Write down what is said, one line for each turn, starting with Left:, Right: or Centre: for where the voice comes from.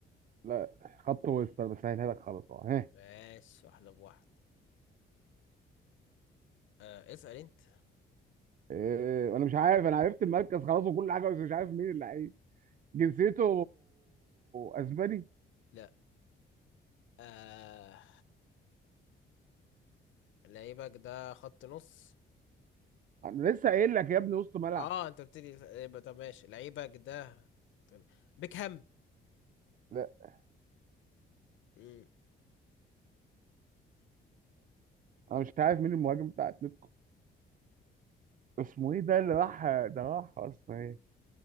Right: لا خط وسط بسهلها لك خلاص اهو ها
Left: ماشي واحدة بواحد آه اسأل انت
Right: إيه، انا مش عارف انا عرفت المركز خلاص وكل حاجه بس مش عارف مين اللعيب جنسيته اسباني
Left: لا آه لعيبك ده خط نص
Right: انا لسه قايل لك يا ابني وسط ملعب
Left: اه انت قلت لي يبقى طب ماشي لعيبك ده بيكهام
Right: لا
Left: مم،
Right: انا مش عارف مين المهاجم بتاع اتلتيكو اسمه ايه ده اللي راح ده راح اصلا ايه